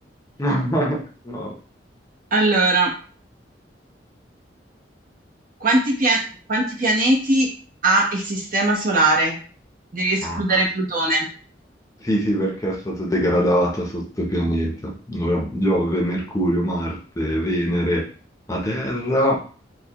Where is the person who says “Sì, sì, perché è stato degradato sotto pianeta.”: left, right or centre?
Left